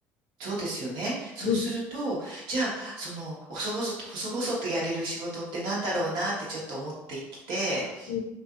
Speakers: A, on the right; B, on the left.
A: そうですよね。そうすると、
B: うん。
A: じゃあ、その、細々と、細々とやれる仕事ってなんだろうなってちょっと思ってきて、
B: うー